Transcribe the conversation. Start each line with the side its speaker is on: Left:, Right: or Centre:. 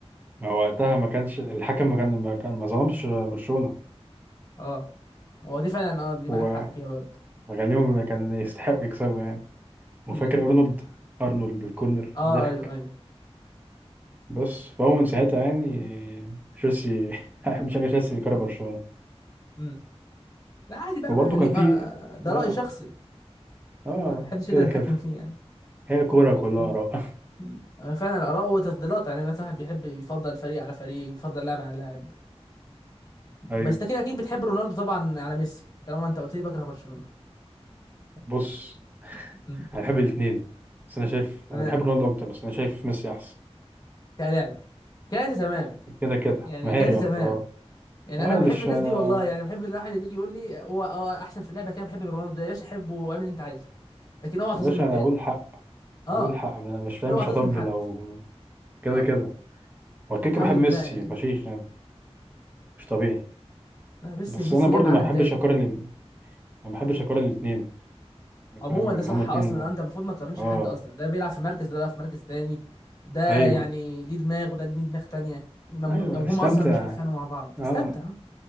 Right: ما وقتها ما كانش الحكم ما كان ما, كان ما ظلمش برشلونه
Left: اه هو دي فعلا اه دي معاك
Right: هو
Left: حق فيها برضو
Right: ما كان ليهم كان يستحقوا يكسبوا يعني وفاكر
Left: امم
Right: ارنولد ارنولد الكورنر
Left: اه
Right: ضحك
Left: ايوه ايوه
Right: بص فهو من ساعتها يعني تشيلسي <laughs> بشجع تشيلسي بيكره برشلونة
Left: امم لا عادي بقى
Right: وبرضه
Left: ما يعني
Right: كان
Left: ما
Right: في
Left: ده
Right: اه
Left: رأي شخصي
Right: اه
Left: ما حدش يقدر
Right: كده
Left: يتحكم
Right: كده
Left: فيه يعني
Right: هي كورة كلها
Left: مم.
Right: آراء <laughs>
Left: مم. فعلا الآراء وتفضيلات يعني مثلا واحد بيحب يفضل فريق على فريق يفضل لاعب على لاعب بس
Right: ايوه
Left: انت كده اكيد بتحب رونالدو طبعا على ميسي طالما انت قلت لي بكره برشلونة
Right: بص
Left: مم.
Right: انا بحب الاثنين بس انا شايف
Left: تمام
Right: انا بحب رونالدو اكتر بس انا شايف ميسي احسن
Left: كلاعب كده انت تمام
Right: كده كده
Left: يعني
Right: مهاري
Left: كده انت تمام
Right: اكتر اه
Left: يعني
Right: اه
Left: انا
Right: انا
Left: بحب
Right: مش
Left: الناس
Right: انا
Left: دي والله يعني بحب الواحد اللي يجي يقول لي هو اه احسن في اللعبه كده بحب رونالدو يا باشا حبه واعمل اللي انت عايزه لكن اوعى تظلم
Right: يا باشا
Left: التاني
Right: انا اقول حق
Left: اه
Right: اقول حق انا مش فاهم
Left: اوعى
Right: مش
Left: تظلم
Right: هطبل
Left: حد
Right: او كده
Left: اه
Right: كده هو كده
Left: الحمد
Right: كده بحب ميسي
Left: لله يعني
Right: فشيخ يعني مش طبيعي
Left: لا ميسي
Right: بس
Left: ميسي
Right: انا برضو
Left: جاي من عالم
Right: ما بحبش
Left: تاني
Right: اقارن ال... ما بحبش اقارن الاثنين
Left: عموما
Right: فاهم
Left: ده
Right: يعني
Left: صح
Right: هما الاثنين
Left: اصلا أه، انت المفروض ما تقارنش
Right: اه
Left: حد اصلا ده بيلعب في مركز ده بيلعب في مركز تاني ده
Right: ايوه
Left: يعني ليه دماغ وده ليه دماغ تانية ما- ما-
Right: ايوه
Left: هم
Right: استمتع
Left: اصلا مش بيتخانقوا مع بعض
Right: اه
Left: استمتع